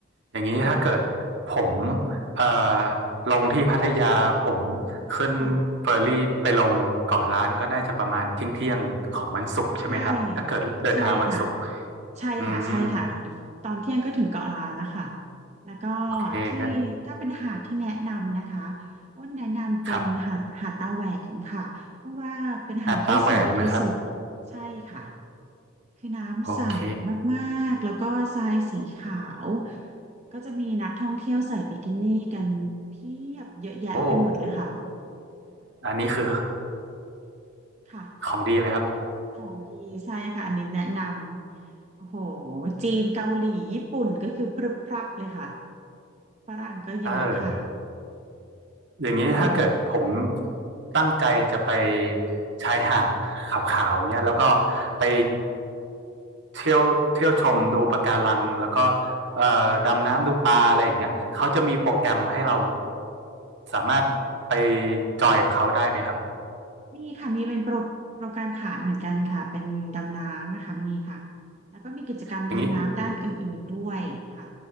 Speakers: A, on the right; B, on the right.
A: อย่างนี้ถ้าเกิด
B: ค่ะ
A: ผมเอ่อลงที่พัทยาผมขึ้น
B: ค่ะ
A: เฟอร์รี่ไปลงเกาะล้านก็น่าจะประมาณเที่ยงเที่ยงของวันศุกร์ใช่ไหมครับถ้าเกิดเดินทางวันศุกร์
B: ใช่ ใช่ค่ะ ใช่ค่ะใช่ค่ะ
A: อืม
B: ตอนเที่ยงก็ถึงเกาะล้านแล้วค่ะแล้วก็
A: โอเคกัน
B: ที่ถ้าเป็นหาดที่แนะนำนะคะอ้นแนะนำเป็นหาดหาดตาแหวนค่ะเพราะว่าเป็นหาดที่สวยที่สุด
A: ครับหาดตาแหวนนะครับ
B: ใช่ค่ะคือน้ำใส
A: โอเค
B: มากๆแล้วก็ทรายสีขาว ก็จะมีนักท่องเที่ยวใส่บิกินี่กันเพียบเยอะแยะไปหมดเลยค่ะ
A: โอ้อันนี้คือ
B: ค่ะ
A: ของดีเลยครับ
B: ของดีใช่ค่ะอันนี้แนะนำโอ้โหจีนเกาหลีญี่ปุ่นก็คือพรึบพรับเลยค่ะ ฝรั่งก็เยอะค่ะ
A: <laughs> เออ อย่างนี้ถ้าเกิดผม
B: ดีค่ะ
A: ตั้งใจจะไปชายหาดขาวๆเนี้ยแล้วก็ไปเที่ยวเที่ยวชมดูปะการังแล้วก็เอ่อดำน้ำดูปลาอะไรอย่างเงี้ยเขาจะมีโปรแกรมให้เราสามารถไปจอยกับเขาได้ไหมครับ
B: มีค่ะมีเป็นโปรโปรแกรมขายเหมือนกันค่ะเป็นดำน้ำนะค่ะมีค่ะแล้วก็มีกิจกรรมทางน้ำด้านอื่นๆด้วยค่ะ
A: อย่างนี้